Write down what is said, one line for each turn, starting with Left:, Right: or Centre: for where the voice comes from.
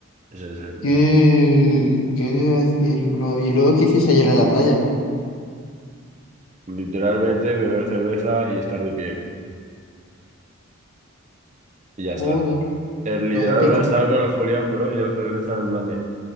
Right: Ese es el-
Left: ¿Qué, qué iba a decir, bro? ¿Y luego qué hiciste ayer en la playa?
Right: literalmente beber cerveza y estar de pie. Y ya
Left: Joder,
Right: está. El literal,
Left: todo épico.
Right: bro, estaba con el Julián, bro, y el Julián estaba en plan de,